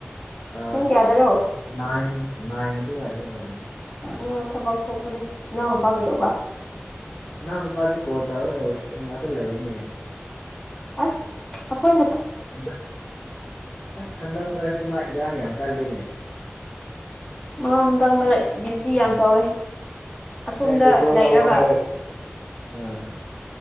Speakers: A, on the left; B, on the left.
A: ꯑ
B: ꯄꯨꯡ ꯀꯌꯥꯗꯔꯣ
A: ꯅꯥꯏ ꯅꯥꯏ ꯑꯗꯨꯋꯥꯏꯗ ꯑꯣꯏꯔꯝꯅꯤ
B: ꯑꯣ ꯊꯕꯛ ꯊꯣꯛꯄꯅꯦ ꯏꯅꯥꯎꯅꯨꯄꯥ
A: ꯎꯝ
B: ꯀꯩꯗꯧꯕ
A: ꯅꯪ ꯅꯨꯄꯥꯗꯤ ꯀꯣꯜ ꯇꯧꯔꯒ ꯋꯦꯇꯤꯡ ꯉꯥꯛꯇ ꯂꯩꯅꯦ
B: ꯑꯩꯈꯣꯏ
A: ꯑꯗ ꯑꯁ ꯍꯟꯗꯛ ꯃꯔꯛꯁꯦ ꯃꯥ ꯏꯔꯥꯡ ꯌꯥꯝ ꯀꯜꯂꯦꯅꯦ ꯍ
B: ꯃꯥ ꯍꯟꯗꯛ ꯃꯔꯛ ꯕꯤꯌꯨꯖꯤ
A: ꯎꯝ
B: ꯌꯥꯝ ꯇꯧꯔꯦ ꯑꯁꯣꯝꯗ
A: ꯈꯪꯗꯦ ꯊꯣꯛꯂꯛꯑꯣ
B: ꯂꯩꯔꯒ
A: ꯍꯥꯏꯔ ꯑꯥ